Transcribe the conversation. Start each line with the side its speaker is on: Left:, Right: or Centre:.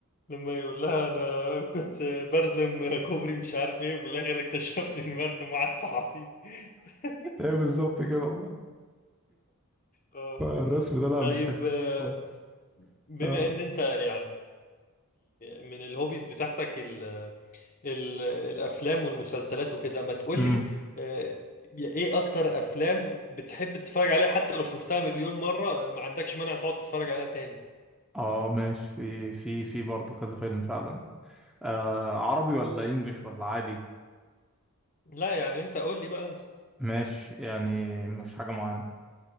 Left: لما يقول لها انا كنت برسم كوبري مش عارف ايه وفي الاخر اكتشفت اني برسم واحد صحفي <laughs>
Centre: هي بالظبط كده والله
Left: آه.
Centre: فالرسم ده لا
Left: طيب
Centre: مش حتة
Left: آه،
Centre: خالص
Left: بما
Centre: اه
Left: ان انت يعني من الهوبيز بتاعتك ال- الافلام والمسلسلات وكده ما تقولي
Centre: امم
Left: آه، ايه اكتر افلام بتحب تتفرج عليها حتى لو شفتها مليون مرة ما عندكش مانع تقعد تتفرج عليها تاني
Centre: اه ماشي في في برضه كذا فيلم فعلا آه عربي ولا انجليش ولا عادي
Left: لا يعني انت قول لي بقى انت
Centre: ماشي يعني مفيش حاجة معينة